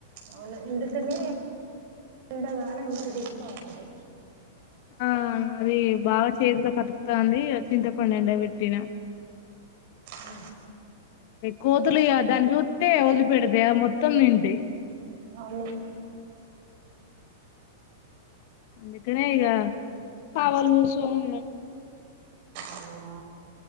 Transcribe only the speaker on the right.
అవును ఎందు తన్న ఉండగాన ఎమ్మ దభ
ఆ
అవును
అవునా